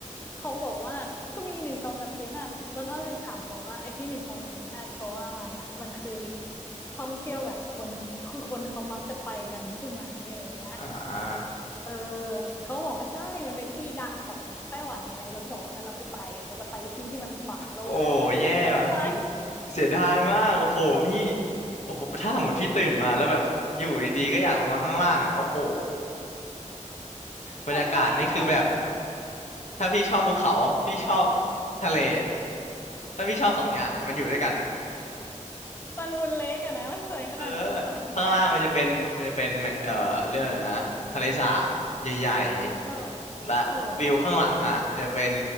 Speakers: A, on the left; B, on the left.
A: เขาก็บอกว่าก็มีหนึ่งสองสามสี่ห้าแล้วก็เลยถามเขาว่าไอ้ที่หนึ่งสองสามสี่ห้าเขาว่ามาเนี่ยมันคือท่องเที่ยวแบบคนคือคนเขามักจะไปกันใช่ไหมอะไรเงี้ย
B: อ่า
A: เออเขาบอกว่าใช่มันเป็นที่ดังของไต้หวันไงแล้วก็บอกว่างั้นเราไม่ไปเราจะไปที่ที่มันขวางโลก
B: โอ้แย่ว่ะพี่
A: <laughs> เขาไม่ไป
B: เสียดายมากโอ้โหพี่โอ้โหถ้าสมมติพี่ตื่นมาแล้วแบบอยู่ดีๆก็อยากลงมาข้างล่างอ่ะโอ้โหบรรยากาศนี่คือแบบ
A: ทำไมอ่ะ
B: ถ้าพี่ชอบภูเขาพี่ชอบทะเลอะถ้าพี่ชอบสองอย่างอ่ะมันอยู่ด้วยกันอะ
A: ซันวูนเล็กอะนะมันสวยขนาดนั้นเลยเหรอแย่ว่ะแย่ว่ะ
B: เออข้างล่างมันจะเป็นมันจะเป็นเอ่อเรื่องอะไรนะทะเลสาบใหญ่
A: เออ
B: ๆและวิวข้างหลังอ่ะจะเป็น
A: เออ